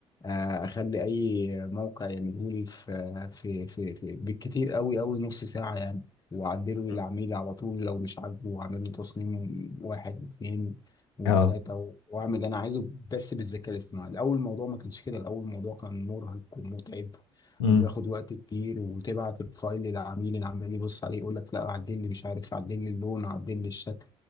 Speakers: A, on the left; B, on the left.
A: اخلي اي موقع يعمله لي في في في, في بالكتير قوي قوي نص ساعه يعني واعدله
B: مم.
A: للعميل على طول لو مش عاجبه واعمل له تصميم واحد واثنين وثلاثه
B: اه
A: واعمل اللي انا عايزه بس بالذكاء الاصطناعي الاول الموضوع ما كانش كده الاول الموضوع كان مرهق ومتعب
B: امم
A: وبياخد وقت كبير وتبعت الفايل للعميل العميل يبص عليه يقول لك لا عدل لي مش عارف عدل لي اللون عدل لي الشكل